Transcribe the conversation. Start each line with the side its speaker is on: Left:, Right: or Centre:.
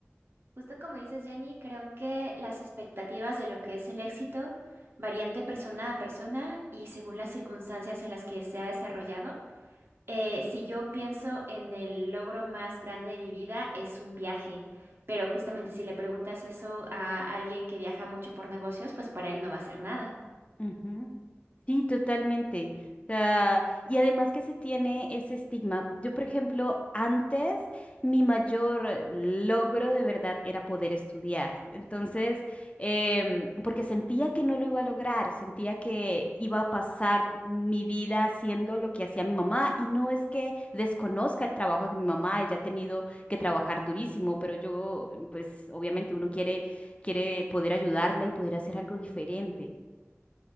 Right: Justo como dices, Jenny, creo que las expectativas de lo que es el éxito varían de persona a persona y según las circunstancias en las que se ha desarrollado. Eh, si yo pienso en el logro más grande de mi vida, es un viaje, pero justamente si le preguntas eso a alguien que viaja mucho por negocios, pues para él no va a ser nada.
Left: Ujú. Sí, totalmente. O sea, y además que se tiene ese estigma. Yo, por ejemplo, antes mi mayor logro de verdad era poder estudiar. Entonces, em, porque sentía que no lo iba a lograr, sentía que iba a pasar mi vida haciendo lo que hacía mi mamá. Y no es que desconozca el trabajo de mi mamá, ella ha tenido que trabajar durísimo, pero yo, pues obviamente uno quiere, quiere poder ayudarla y poder hacer algo diferente.